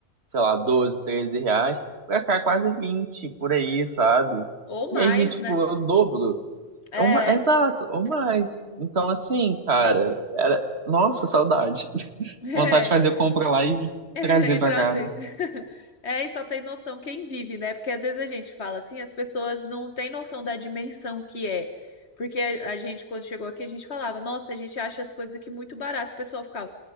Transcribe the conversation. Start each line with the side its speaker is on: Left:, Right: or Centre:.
Right: sei lá, 12, 13 reais, pra cá é quase 20 por aí, sabe?
Left: ou
Right: E
Left: mais,
Right: aí, tipo,
Left: né?
Right: é o dobro.
Left: É.
Right: É uma, exato, ou mais. Então, assim, cara, era, nossa, saudade. <laughs>
Left: É,
Right: Vontade de fazer compra lá e
Left: <laughs> e
Right: trazer pra
Left: trazer.
Right: cá, né?
Left: <laughs> É, e só tem noção quem vive, né? Porque às vezes a gente fala assim, as pessoas não têm noção da dimensão que é. Porque a a gente, quando chegou aqui, a gente falava, nossa, a gente acha as coisas aqui muito baratas. O pessoal ficava,